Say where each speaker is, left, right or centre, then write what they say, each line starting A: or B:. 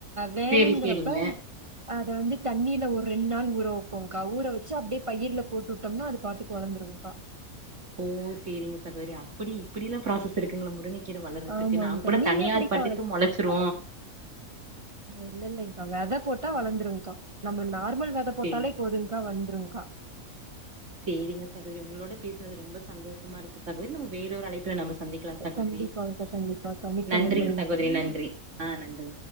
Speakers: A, on the right; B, on the right.
A: வேணுங்கிறப்ப
B: சேரி சேரிங்க
A: அத வந்து தண்ணிர் ஒரு ரெண்டு நாள் ஊற வைப்போங்க்கா ஊற வச்சு அப்டியே பயிர்ல போட்டு விட்டோம்னா அது பாட்டுக்கு வளதுருங்க்கா
B: ஓ சேரிங்க சகோதரி அப்டி இப்டி எல்லா ப்ராசஸ் இருக்குங்களா முருங்க கீரை வளறதுக்கு
A: ஆமாங்க்கா.
B: நாங்க கூட
A: நீங்க
B: தனியா
A: எப்படிக்கா
B: அது பாட்டுக்கு
A: வளர்த்துவீங்க?
B: முளைச்சிரு
A: இல்ல இல்லங்கக்கா வெத போட்டா வளர்ந்துருங்க்கா நம்ம நார்மல் வெத போட்டாலே
B: சேரி
A: போதுங்க்கா வந்துருங்க்கா
B: சேரிங்க சகோதரி உங்களோட பேசுனது ரொம்ப சந்தோஷமா இருக்கு சகோதரி நம்ம வேற ஒரு அழைப்புல நம்ம சந்திக்கலா சகோதரி
A: கண்டிப்பாங்க்கா, கண்டிப்பாக்கா. மிக்க
B: நன்றிங்க
A: நன்றிங்க்கா.
B: சகோதரி நன்றி ஆ நன்றி